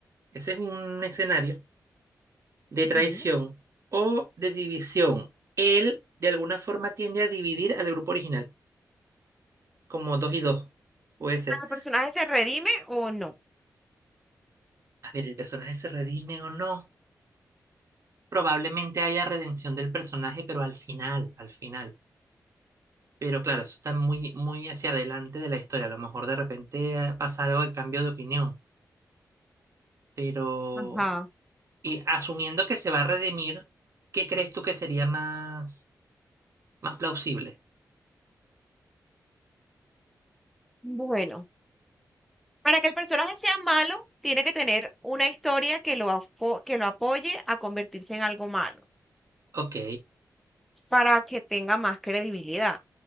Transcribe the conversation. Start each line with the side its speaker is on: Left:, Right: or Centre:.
Right: Ese es un escenario. de traición
Centre: ujú.
Right: o de división. Él de alguna forma tiende a dividir al grupo original, como dos y dos. Puede ser.
Centre: ¿El personaje se redime o no?
Right: A ver, ¿el personaje se redime o no? Probablemente haya redención del personaje, pero al final, al final. Pero claro, eso está muy, muy hacia adelante de la historia. A lo mejor de repente eh, pasa algo de cambio de opinión. Pero.
Centre: Ajá.
Right: Y asumiendo que se va a redimir, ¿qué crees tú que sería más, más plausible?
Centre: Bueno, para que el personaje sea malo, tiene que tener una historia que lo, afo- que lo apoye a convertirse en algo malo,
Right: Ok.
Centre: para que tenga más credibilidad.